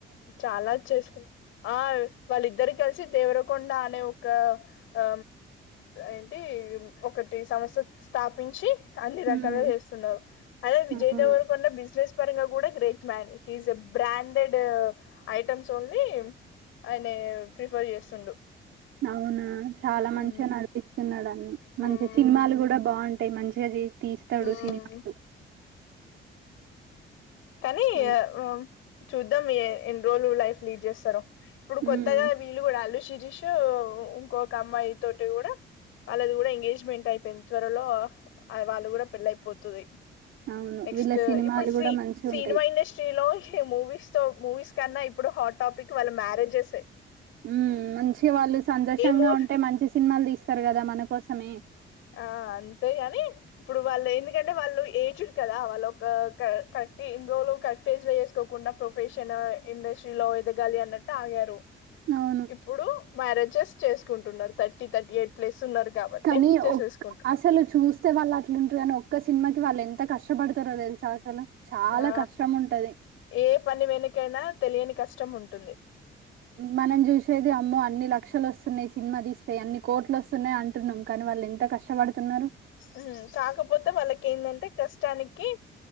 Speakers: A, on the left; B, on the right.
A: చాలా వచ్చేసారు ఆ వాళ్ళిద్దరి కలిసి దేవరకొండ అనే ఒక ఆ ఏంటి ఒకటి సంస్థ స్థాపించి అన్ని
B: మ్మ్
A: రకాలుగా చేస్తున్నారు అదే విజయ్
B: అవును
A: దొరకుండ బిజినెస్ పరంగా కూడా great man he is a branded items only ఆయన ప్రిఫర్ చేస్తుండు
B: అవునా చాలా
A: మ్మ్
B: మంచిగా నడిపిస్తున్నాడు
A: మ్మ్
B: మంచి సినిమాలు కూడా బాగుంటాయి మంచిగా తీస్తాడు
A: మ్మ్
B: సినిమాలు
A: కానీ ఈ
B: మంచి
A: ఆ చూద్దాం ఎన్రోల్ లైఫ్ లీడ్ చేస్తారో ఇప్పుడు కొత్తగా
B: మ్మ్
A: వీళ్ళు కూడా శిరీషూ ఇంకొక అమ్మాయి తోటి కూడా వాళ్ళది కూడా ఎంగేజ్మెంట్ అయిపోయింది త్వరలో వాళ్ళు కూడా పెళ్ళయిపోతుది
B: అవును
A: నెక్స్ట్
B: వీళ్ళ సినిమాలు
A: ఇప్పుడు సి
B: కూడా మంచిగుంటాయి
A: సినిమా ఇండస్ట్రీలో మూవీస్ తో మూవీస్ కన్నా ఇప్పుడు హాట్ టాపిక్ వాళ్ళ మ్యారేజెస్ ఏ
B: ఉ మంచి వాళ్ళు సంతోషంగా
A: మూవీ
B: ఉంటే మంచి సినిమాలు తీస్తారు కదా మన కోసమే
A: ఆ అంతేగాని ఇప్పుడు వాళ్ళు ఎందుకంటే వాళ్ళు ఏజ్డ్ కదా వాళ్ళ ఒక ఇన్ రోజులు కరెక్టేజ్సుకోకుండా ప్రొఫెషన్ ఇండస్ట్రీలో ఎదగాలి అన్నట్టు ఆగారు
B: అవును.
A: ఇప్పుడు మ్యారేజెస్ చేసుకుంటున్నారు థర్టీ థర్టీ ఎయిట్ ప్లేస్ ఉన్నారు కాబట్టి
B: కానీ
A: చేసేసుకుంటున్నారు
B: అసలు చూస్తే వాళ్ళు అట్లుంటారు కాని ఒక్క సినిమాకి వాళ్ళు ఎంత కష్టపడతారో తెలుసా అసలు చాలా
A: ఆ
B: కష్టం ఉంటది.
A: ఏ పని వెనకైనా తెలియని కష్టం ఉంటుంది
B: మనం చూసేది అమ్మో అన్ని లక్షలు వస్తున్నాయి సినిమా తీస్తేయి అన్ని కోట్లు వస్తున్నాయంటున్నాం కానీ వాళ్ళు ఎంత కష్టపడుతున్నారు.
A: ఉమ్ కాకపోతే వాళ్ళకి ఏందంటే కష్టానికి